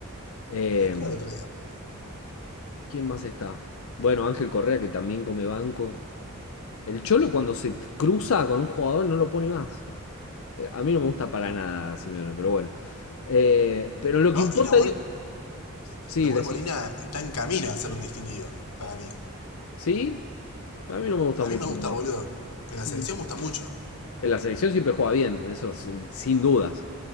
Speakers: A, on the left; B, on the left.
A: Eh,
B: Entró el otro día.
A: ¿quién más está? Bueno, Ángel Correa que también come banco. El Cholo cuando se cruza con un jugador no lo pone más. Eh, A mí no me gusta para nada Simeone, pero bueno. Eh, pero lo
B: No,
A: que importa,
B: y Nahuel
A: digo, sí,
B: Nahuel
A: es decir,
B: Molina está en camino a ser un distinguido, para mí.
A: sí, a mí no me gusta
B: A
A: mucho
B: mí me gusta,
A: Nahuel.
B: boludo. En la
A: En
B: selección me gusta mucho.
A: la selección siempre juega bien, eso sin, sin dudas.